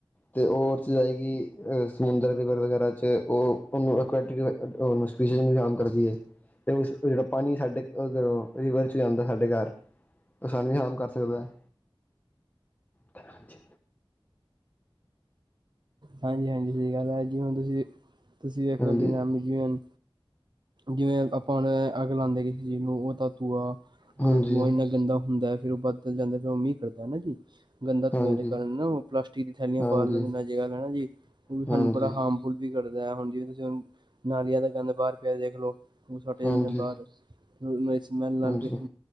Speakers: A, on the left; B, on the right.
A: ਤੇ ਉਹ ਚ ਜਾਏਗੀ ਸਮੁੰਦਰ ਦੇ ਉੱਪਰ ਵਗੈਰਾ ਚ ਉਹ ਕੁਰਟੀਸ਼ਨ ਜਿਹੜਾ ਪਾਣੀ ਸਾਡੇ ਓਦਰੋ ਰਵਰ ਚ ਵੀ ਆਦਾ ਸਾਡੇ ਘਰ ਸਾਨੂੰ ਵੀ ਰਾਮ ਕਰ ਸਕਦਾ ਹੈ। <unintelligible>
B: ਹਾਂਜੀ। ਹਾਂਜੀ। ਸਹੀ ਗੱਲ ਹੈ ਅੱ ਜੀ ਹੁਣ ਤੁਸੀਂ ਤੁਸੀਂ ਵੇਖ
A: ਹਾਂਜੀ
B: ਲੋ ਕਿ ਨਾਮ ਜ ਜਿਵੇਂ ਆਪਾਂ ਉਹ ਅੱਗ ਲਾਉਦੇ ਕਿਸੇ ਚੀਜ਼ ਨੂੰ ਉਹ ਤਾਂ ਤੂਆ। ਉਹਦਾ
A: ਹਾਂਜੀ
B: ਧੂੰਆ ਇੰਨਾ ਗੰਦਾ ਹੁੰਦਾ ਹੈ। ਫੇਰ ਉਹ ਬਦਲ ਜਾਂਦਾ ਫਿਰ ਉਹ ਮੀਂਹ ਕਰਦਾ ਹਨਾ ਜੀ। ਗੰਦਾ
A: ਹਾਂਜੀ
B: ਧੂੰਏ ਦੇ ਕਾਰਨ ਨਾ ਉਹ ਪਲਾਸਟਿਕ ਦੀਆਂ ਥੈਲੀਆਂ
A: ਹਾਂਜੀ
B: ਬਾਲ ਦਿੰਦੇ। ਖਾਨਾ ਜੀ ਉਹ
A: ਹਾਂਜੀ
B: ਸਾਨੂੰ ਬੜਾ ਹਾਰਮਫੁਲ ਵੀ ਕਰਦਾ। ਹੁਣ ਜਿਵੇਂ ਤੁਸੀਂ ਹੁਣ ਨਾਲੀ ਦਾ ਗੰਦ ਬਾਹਰ ਪਿਆ ਦੇਖ ਹੈਲੋ। ਉਹ ਛੱਟ ਜਾਂਦੇ
A: ਹਾਂਜੀ
B: ਨੇ ਬਾਹਰ। <unintelligible> ਸੁਮੇਲ ਨਾਲ
A: ਹਾਂਜੀ
B: ਬਿਮਾਰੀਆਂ <unintelligible>